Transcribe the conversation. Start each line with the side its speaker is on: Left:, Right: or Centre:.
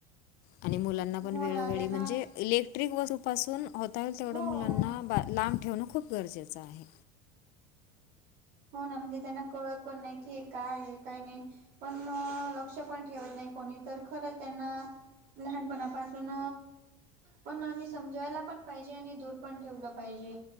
Left: आणि मुलांना पण,
Right: हो
Left: वेळोवेळी
Right: ना त्यांना
Left: म्हणजे इले. क्ट्रिक वसूपासून होता येल तेवढं,
Right: हो
Left: मुलांना बा लांब ठेवणं खूप गरजेचं आहे.
Right: हो ना म्हणजे त्यांना कळत, पण नाही की हे काय काय नाही. पण लक्ष पण ठेवत, नाही कोणी तर खरं त्यांना. लहानपणापासून. पण आणि समजायला पण, पाहिजे आणि दूर पण ठेवलं पाहिजे.